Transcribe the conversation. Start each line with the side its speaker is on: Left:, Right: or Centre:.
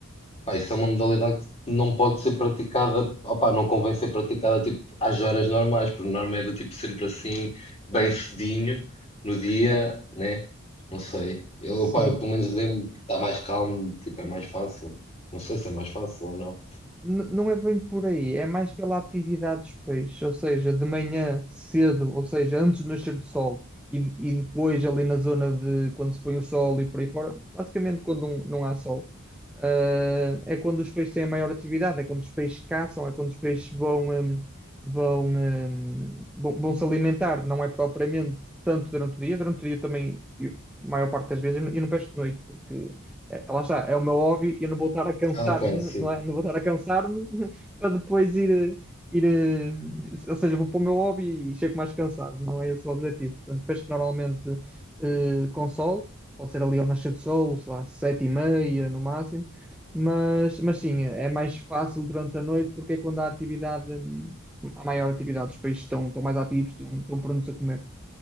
Left: Pá, isso é uma modalidade que não pode ser praticada, opá, não convém ser praticada tipo, às horas normais, porque normalmente é do tipo sempre assim, bem cedinho, no dia, né? Não sei. Eu,
Centre: Sim.
Left: opá, eu pelo menos lembro que está mais calmo, tipo, é mais fácil. Não sei se é mais fácil ou não.
Centre: N- Não é bem por aí, é mais pela atividade dos peixes, ou seja, de manhã cedo, ou seja, antes do nascer do sol e, e depois ali na zona de quando se põe o sol e por aí fora, basicamente quando não, não há sol. Ah, é quando os peixes têm a maior atividade, é quando os peixes caçam, é quando os peixes vão, hum, vão, hum, vão, vão se alimentar, não é propriamente tanto durante o dia, durante o dia também, eu- a maior parte das vezes, eu não eu não pesco de noite, porque é, lá está, é o meu hobby, eu não vou estar a cansar-me,
Left: Ah, ok, sim.
Centre: não é? Não vou estar a cansar-me <laughs> para depois ir, eh, ir, eh, ou seja, vou para o meu hobby e chego mais cansado, não é esse o objetivo. Portanto, pesco normalmente eh, com sol, pode ser ali ao nascer do sol, sei lá, sete e meia no máximo, mas, mas sim, é mais fácil durante a noite porque é quando há atividade, hum, há maior atividade, os peixes estão, estão mais ativos, estão, estão prontos a comer.